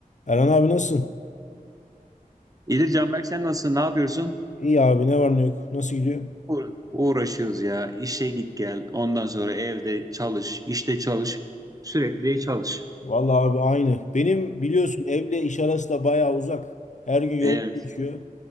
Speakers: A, on the left (about 55°); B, on the right (about 25°).
A: Erhan abi nasılsın?
B: İyidir Canberk sen nasılsın? Ne yapıyorsun?
A: İyi abi ne var ne yok. Nasıl gidiyor?
B: Uğra- Uğraşıyoruz ya. İşe git gel. Ondan sonra evde çalış, işte çalış. Sürekli çalış.
A: Vallahi abi aynı. Benim biliyorsun evle iş arası da bayağı uzak. Her gün yol
B: Evet,
A: geçiyor.